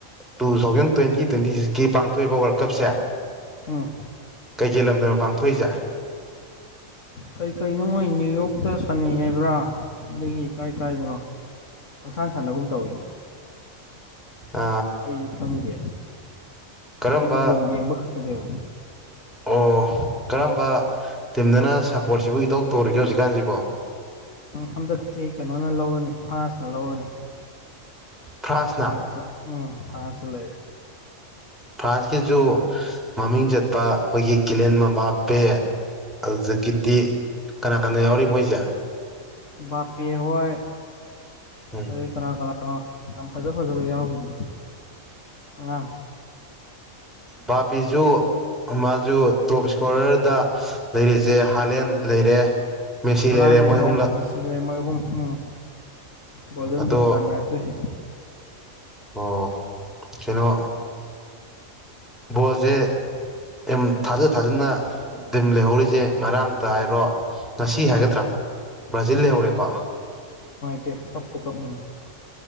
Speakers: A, in the centre; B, on the left (about 65°).
A: ꯇꯨ ꯊꯥꯎꯖꯟ ꯇ꯭ꯋꯦꯟꯇꯤ ꯇ꯭ꯋꯦꯟꯇꯤ ꯁꯤꯛꯁꯀꯤ ꯄꯥꯡꯊꯣꯛꯏꯕ ꯋꯥꯔꯜ ꯀꯞꯁꯦ
B: ꯑꯥ
A: ꯀꯩꯀꯦꯜ ꯂꯝꯗꯅ ꯄꯥꯡꯊꯣꯛꯏꯁꯦ
B: ꯀꯩꯀꯩꯅꯣ ꯃꯣꯏ ꯅ꯭ꯌꯨ ꯌꯣꯔꯇ ꯁꯥꯟꯅꯩ ꯍꯥꯏꯕ꯭ꯔꯥ ꯑꯗꯒꯤ ꯀꯥꯏ ꯀꯥꯏꯗꯅꯣ ꯍꯪꯁꯥꯡ ꯁꯥꯟꯅꯒꯨꯝ ꯇꯧꯋꯤꯅꯦ
A: ꯑ
B: ꯑꯩ ꯈꯪꯗꯦ
A: ꯀꯔꯝꯕ
B: ꯑꯩꯗꯤ ꯕꯣꯟ ꯌꯦꯡꯕ ꯈꯛꯇꯅꯦꯕ
A: ꯑꯣ ꯀꯔꯝꯕ ꯇꯤꯝꯗꯅ ꯁꯞꯄꯣꯔꯠꯁꯤꯕꯨ ꯏꯇꯧ ꯇꯧꯔꯤꯒꯦ ꯍꯧꯖꯤꯛꯀꯥꯟꯁꯤꯕꯣ
B: ꯍꯟꯗꯛꯇꯤ ꯀꯩꯅꯣꯅ ꯂꯧꯔꯅꯤ ꯐ꯭ꯔꯥꯟꯁꯅ ꯂꯧꯔꯅꯤ
A: ꯐ꯭ꯔꯥꯟꯁꯅ
B: ꯐ꯭ꯔꯥꯟꯁꯇ ꯎꯝ ꯐ꯭ꯔꯥꯟꯁ ꯂꯩꯔꯦ
A: ꯐ꯭ꯔꯥꯟꯁꯀꯤꯁꯨ ꯃꯃꯤꯡ ꯆꯠꯄ ꯑꯩꯈꯣꯏꯒꯤ ꯀꯤꯂꯦꯟ ꯃꯕꯥꯞꯄꯦ ꯑꯗꯨꯗꯒꯤꯗꯤ ꯀꯅꯥ ꯀꯅꯥ ꯌꯥꯎꯔꯤ ꯃꯣꯏꯁꯦ
B: ꯕꯥꯞꯄꯦ ꯍꯣꯏ
A: ꯎꯝ
B: ꯑꯗꯩ ꯀꯅꯥ ꯀꯅꯥ ꯑ ꯌꯥꯝ ꯐꯖ ꯐꯖꯕ ꯌꯥꯎꯈꯤꯕꯅꯤ ꯑꯉꯥꯡ
A: ꯕꯥꯞꯄꯦꯁꯨ ꯃꯥꯜ ꯨ ꯇꯣꯞ ꯏꯁꯀꯣꯔꫪꯗ ꯂꯩꯔꯤꯁꯦ ꯍꯥꯂꯦꯟ ꯂꯩꯔꯦ ꯃꯦꯁꯤ
B: ꯍꯂꯥꯟ ꯂꯩꯔꯦ
A: ꯃꯣꯏ ꯑꯍꯨꯝꯂꯛ
B: ꯃꯦꯁꯤ ꯂꯩꯔꯦ ꯃꯣꯏ ꯑꯍꯨꯝ ꯎꯝ ꯒꯣꯜꯗꯟ
A: ꯑꯗꯣ
B: ꯕꯨꯠ ꯇꯥꯟꯅꯔꯛꯇꯣꯏꯁꯤ
A: ꯑꯣ ꯀꯩꯅꯣ ꯕꫭꯜꯁꯦ ꯇꯤꯝ ꯊꯥꯖ ꯊꯥꯖꯅ ꯇꯤꯝ ꯂꯩꯍꯧꯔꯤꯁꯦ ꯉꯔꯥꯡꯇ ꯍꯥꯏꯔꯣ ꯉꯁꯤ ꯍꯥꯏꯒꯗ꯭ꯔꯥ
B: ꯎꯝ
A: ꯕ꯭ꯔꯥꯖꯤꯜ ꯂꯩꯍꯧꯔꯦꯀꯣ
B: ꯇꯦ ꯀꯞꯄꯨ ꯀꯞꯅꯤꯡꯉꯤ